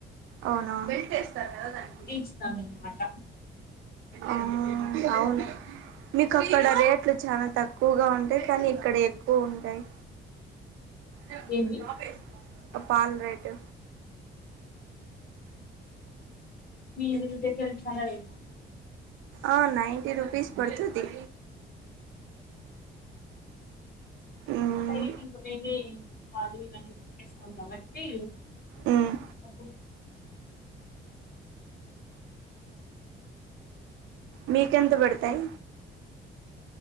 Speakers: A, on the right; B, on the left.
A: అవునవును బెల్ట్ ఎస్తారా దానికి
B: ఇస్తాను అన్నమాట
A: ఆ అవును మీకు అక్కడ రేట్లు చాలా తక్కువగా ఉంటాయి కానీ ఇక్కడ ఎక్కువ ఉంటాయి అదే
B: ఏమి
A: టాప వేస్త <unintelligible> పాల రేటు
B: మీ ఇల్లు దగ్గర చాలలే
A: ఆ నైన్టీ రుపీస్ పడుతది మ్మ్
B: ైటి పాలు ఇవన్నీట్టేస్తాం కాబట్టీ
A: మ్మ్
B: అపుడు
A: మీకెంత బడతాయి